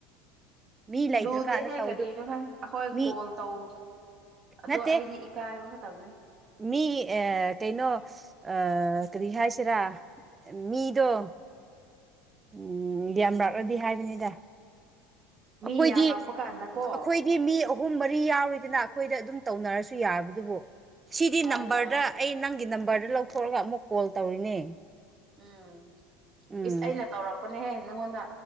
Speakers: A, on the right (about 15°); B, on the right (about 40°).
A: ꯃꯤ ꯂꯩꯇ꯭ꯔꯀꯥꯟꯗ
B: ꯂꯨꯗꯦꯍꯦ
A: ꯇꯧꯗ
B: ꯀꯔꯤꯅꯣ ꯑꯩꯈꯣꯏ
A: ꯃꯤ
B: ꯀꯣꯜ ꯇꯧ ꯑꯗꯣ
A: ꯅꯠꯇꯦ
B: ꯑꯩꯗꯤ ꯀꯥꯏꯕ ꯈꯛꯇꯪꯅꯦ
A: ꯃꯤ ꯑ‌ꯦ ꯀꯩꯅꯣ ꯑ ꯀꯔꯤ ꯍꯥꯏꯁꯤꯔꯥ ꯃꯤꯗꯣ ꯎꯝ ꯌꯥꯝꯔꯥꯛꯂꯗꯤ ꯍꯥꯏꯕꯅꯤꯗ
B: ꯃꯤ
A: ꯑꯩꯈꯣꯏꯗꯤ
B: ꯌꯥꯝꯂꯛꯄ ꯀꯥꯟꯗꯀꯣ
A: ꯑꯩꯈꯣꯏ ꯁꯤ ꯃꯤ ꯑꯍꯨꯝ ꯃꯔꯤ ꯌꯥꯎꯔꯤꯗꯅ ꯑꯩꯈꯣꯏꯗ ꯑꯗꯨꯝ ꯇꯧꯅꯔꯁꯨ ꯌꯥꯕꯗꯨꯕꯨ ꯁꯤꯗꯤ
B: ꯌꯥꯏ
A: ꯅꯝꯕꯔꯗ
B: ꯌꯥꯏ
A: ꯑꯩ ꯅꯪꯒꯤ ꯅꯝꯕꯔꯗ ꯂꯧꯊꯣꯛꯑꯒ ꯑꯃꯨꯛ ꯀꯣꯜ ꯇꯧꯔꯤꯅꯦ
B: ꯎꯝ
A: ꯎꯝ
B: ꯏꯁ ꯑꯩꯅ ꯇꯧꯔꯛꯄꯅꯦꯍꯦ ꯅꯪꯉꯣꯟꯗ